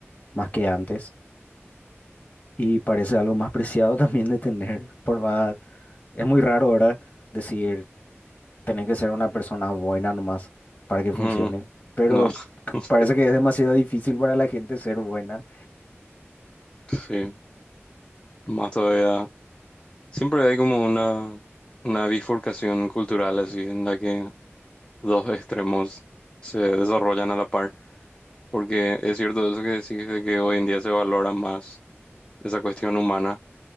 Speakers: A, on the left (about 40°); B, on the left (about 20°).
A: más que antes, y parece algo más preciado <laughs> también de tener, por más, es muy raro ahora decir, tenés que ser una persona buena nomás para que funcione,
B: Mm,
A: pero
B: no, <laughs>
A: c- parece que es demasiado difícil para la gente ser buena.
B: sí, más todavía. Siempre hay como una, una bifurcación cultural así en la que dos extremos se desarrollan a la par, porque es cierto eso que decís de que hoy en día se valora más esa cuestión humana